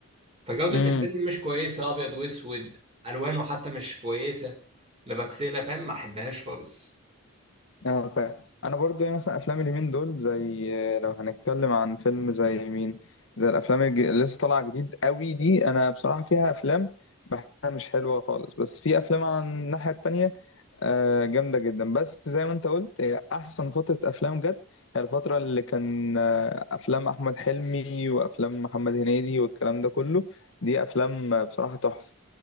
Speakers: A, on the right; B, on the left.
A: فجودة
B: امم
A: الفيلم مش كويسة أبيض وأسود ألوانه حتى مش كويسة مبكسلة فاهم ما أحبهاش خالص
B: اه فاهم انا برضو يعني مثلا افلام اليومين دول زي لو هنتكلم عن فيلم زي مين زي الافلام الج- اللي لسه طالعه جديد قوي دي انا بصراحه فيها افلام بحسها مش حلوه خالص بس في افلام عن الناحيه التانية آه، جامده جدا بس زي ما انت قلت هي احسن فتره افلام جت هي الفتره اللي كان آه، افلام احمد حلمي وافلام محمد هنيدي والكلام ده كله دي افلام آه، بصراحه تحفه